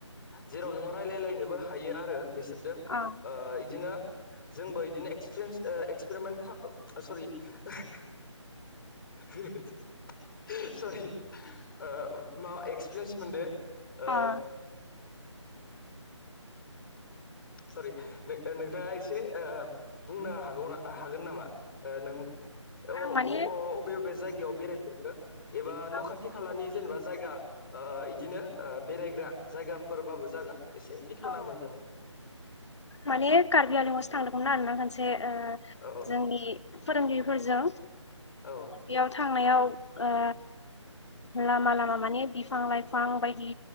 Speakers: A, in the centre; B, on the left (about 65°).
A: जेराव नोङो रायलायलायनोबो हायो आरो बिसोरदो
B: अ
A: ओ इदिनो जोंबो बिदिनो एक्पिरिन्स एक्सपेरमेन्ट खा अ सरि। हो हो हो सरि ओ मा एक्सपिरियेन्स मोनदों ओ
B: आं <inaudible>
A: सरि नों नोंथाङा एसे ओ बुंनो हागौ हागोन नामा ओ नों अ
B: माने
A: ब ओ अबे बबे जायगा जायगायाव बेरायफेरखो एबा
B: आं
A: न' खाथि खालानि जेनेबा जायगा ओ इदिनो ओ बेरायग्रा जायगाफोरबाबो जागोन एसे। बेखेवना
B: औ
A: होबानो जाबाय
B: माने कार्बि आंलंआवसोथांदोंमोन आरोना खोनसे। ओ
A: औ
B: जोंनि फोरोंगिरिफोरजों
A: औ
B: बेयाव थांनायाव आ लामा लामा माने बिफां लाइफां बायदि